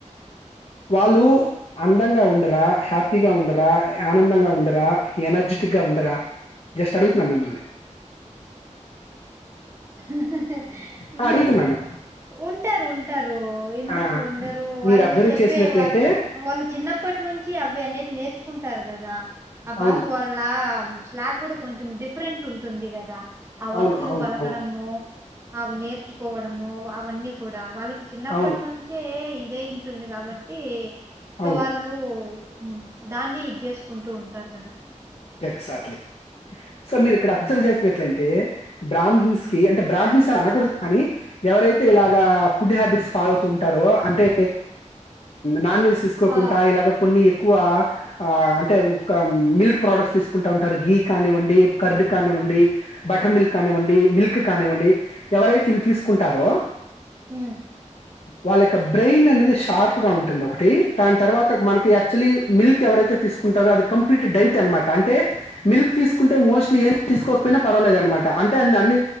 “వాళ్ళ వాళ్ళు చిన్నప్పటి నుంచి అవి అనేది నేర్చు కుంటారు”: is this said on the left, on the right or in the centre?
Right